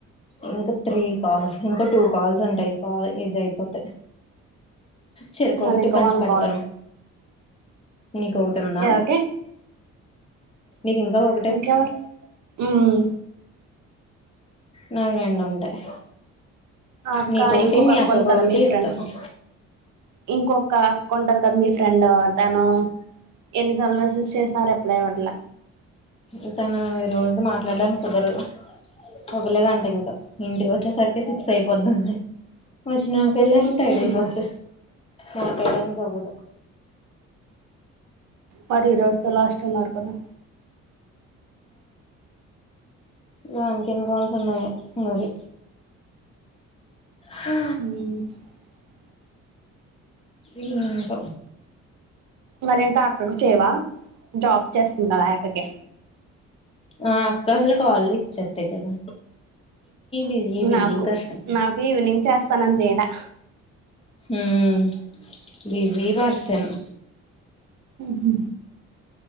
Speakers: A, on the left; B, on the right.
A: ఇంకా త్రీ కాల్స్ ఇంకా టూ కాల్స్ ఉంటయి. కాల్ ఇది అయిపోతే చెరుకొకటి
B: నాది ఇంకా
A: పంచిపెడ్తాను.
B: వన్ కాల్
A: నీకొకటి ఉందా
B: ఎవరికి
A: నీకింకా ఒ
B: ఇంకెవర్ మ్
A: నాక్ రెండు ఉంటాయి.
B: ఆ అక్క
A: నీకొకటి
B: ఇంకొక
A: మీ
B: అక్క
A: అక్కకొకటి
B: ఉంది కదా మీ ఫ్రెండ్
A: ఇత్తను.
B: ఇంకొక అక్క ఉంట తద్ మీ ఫ్రెండ్ తను ఎన్నిసార్లు మెసేజ్ చేసిన రిప్లై ఇవ్వట్ల
A: ఇతను ఈ రోజు మాట్లాడడానికి కుదరదు. అవ్వలేదంట ఇంకా ఇంటికొచ్చేసరికి సిక్స్ అయిపోతుంది. పోషినాకెళ్ళే
B: మ్మ్
A: టైడ్ అయిపొద్ది. మాట్లాడానికి అవ్వదు.
B: మరి ఈ రోజుతో లాస్ట్ అన్నారు కదా
A: దానికెన్ని కాల్స్ ఉన్నాయో మరి హ
B: మ్
A: ఇంక
B: మరి ఇంకా అక్కకు చేయవా జాబ్ చేస్తున్నారు ఆ అక్కకి
A: ఆ అక్క అసలు కాల్ లిఫ్ట్ చేత్తె కదా బిజీ బిజీ
B: నాకు
A: పర్సన్
B: నాకు ఈవినింగ్ చేస్తానంది చేలా
A: హ్మ్ బిజీ పర్సను.
B: హ్